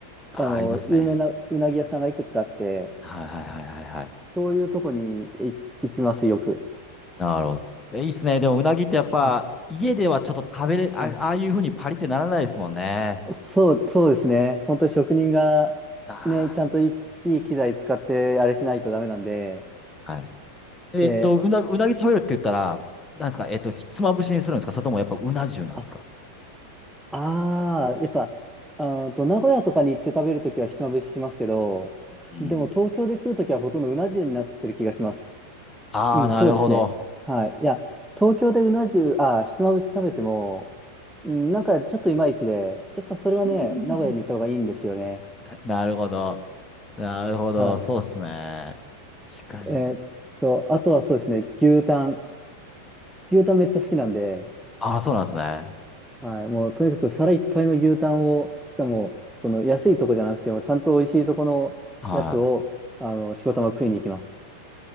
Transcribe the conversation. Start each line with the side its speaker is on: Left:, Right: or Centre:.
Left: あー、
Centre: あの、
Left: ありますね。
Centre: 有名なうなぎ屋さんがいくつかあって、
Left: はいはいはいはいはい。
Centre: そういうとこにい行きます、よく。
Left: なるほど。え、いいっすね。でも、うなぎってやっぱ、
Centre: あ、
Left: 家ではちょっと食べれ、あ、
Centre: あ、
Left: ああいうふうにパリってならないですもんね。
Centre: そう、そうですね。本当に職人が、
Left: あ
Centre: ね、ちゃんといい、いい機材使って、あれしないとダメなんで。
Left: あ、はい。えっと、
Centre: で、
Left: うな、うなぎ食べるって言ったら、なんですか、えっと、ひつまぶしにするんですかそれともやっぱうな重なんですか
Centre: あ、あーやっぱ、あーと、名古屋とかに行って食べるときはひつまぶししますけど、
Left: うん。
Centre: でも東京で食うときはほとんどうな重になってる気がします。
Left: ああ、
Centre: うん、
Left: なるほど。
Centre: そうですね。はい。いや、東京でうな重、あ、ひつまぶし食べても、うん、なんかちょっといまいちで、やっぱそれはね、
Left: <laughs>
Centre: 名古屋に行った方がいいんですよね。
Left: なるほど。なるほど。
Centre: は
Left: そうっすね。確かに。
Centre: い。えーっと、あとはそうですね、牛タン。牛タンめっちゃ好きなんで、
Left: ああ、そうなんですね。
Centre: はい。もうとにかく皿いっぱいの牛タンを、しかも、その安いとこじゃなくても、ちゃんと美味しいとこのやつを、
Left: はい。
Centre: あの、しこたま食いに行きます。